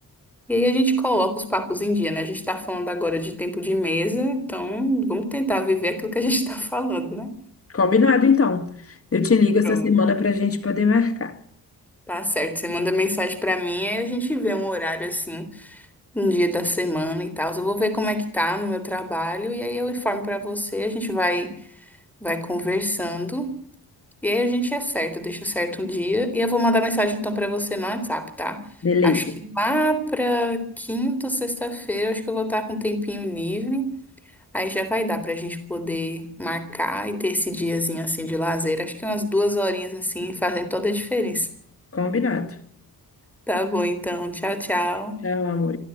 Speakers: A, in the centre; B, on the left.
A: E aí a gente coloca os papos em dia, né? A gente tá falando agora de tempo de mesa, então vamos tentar viver aquilo que a gente tá falando, né?
B: Combinado, então. Eu te ligo essa
A: Pronto.
B: semana para a gente poder marcar.
A: Tá certo. Você manda mensagem pra mim aí a gente vê um horário assim um dia da semana e tal. Eu vou ver como é que tá no meu trabalho e aí eu informo pra você. A gente vai vai conversando. E aí a gente acerta, deixa certo um dia. E eu vou mandar mensagem então pra você no WhatsApp, tá?
B: Beleza.
A: Acho que lá pra quinta ou sexta-feira, acho que eu vou estar com um tempinho livre. Aí já vai dar pra gente poder marcar e ter esse diazinho assim de lazer. Acho que umas duas horinhas assim fazem toda a diferença.
B: Combinado.
A: Tá bom, então. Tchau, tchau.
B: Tchau, amor.